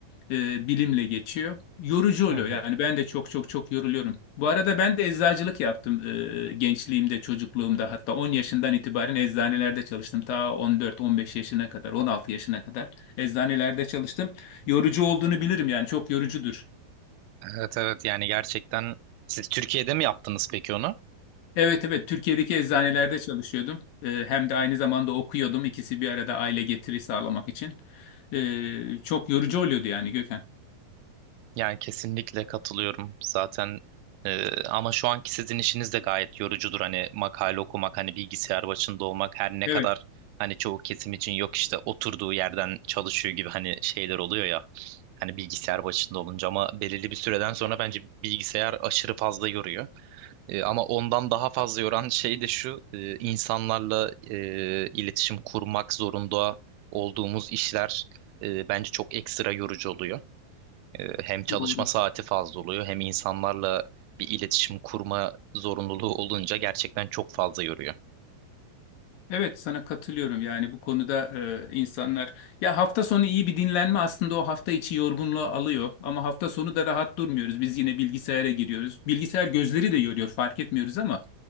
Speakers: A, on the left; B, on the right.
A: e, bilimle geçiyor yorucu oluyor.
B: Hı hı.
A: Yani ben de çok çok çok yoruluyorum. Bu arada ben de eczacılık yaptım e, gençliğimde, çocukluğumda. Hatta 10 yaşından itibaren eczanelerde çalıştım. Ta 14-15 yaşına kadar, 16 yaşına kadar eczanelerde çalıştım. Yorucu olduğunu bilirim yani çok yorucudur.
B: Evet evet yani gerçekten siz Türkiye'de mi yaptınız peki onu?
A: Evet evet Türkiye'deki eczanelerde çalışıyordum. E, hem de aynı zamanda okuyordum. İkisi bir arada aile getiri sağlamak için. E, çok yorucu oluyordu yani Gökhan.
B: Yani kesinlikle katılıyorum zaten e, ama şu anki sizin işiniz de gayet yorucudur hani makale okumak hani bilgisayar başında olmak her ne
A: Evet
B: kadar hani çoğu kesim için yok işte oturduğu yerden çalışıyor gibi hani şeyler oluyor ya hani bilgisayar başında olunca ama belirli bir süreden sonra bence bilgisayar aşırı fazla yoruyor E, ama ondan daha fazla yoran şey de şu e, insanlarla e, iletişim kurmak zorunda olduğumuz işler e, bence çok ekstra yorucu oluyor. Ee, Hem çalışma
A: doğru.
B: saati fazla oluyor hem insanlarla bir iletişim kurma zorunluluğu olunca gerçekten çok fazla yoruyor.
A: Evet sana katılıyorum yani bu konuda e, insanlar ya hafta sonu iyi bir dinlenme aslında o hafta içi yorgunluğu alıyor ama hafta sonu da rahat durmuyoruz biz yine bilgisayara giriyoruz bilgisayar gözleri de yoruyor fark etmiyoruz ama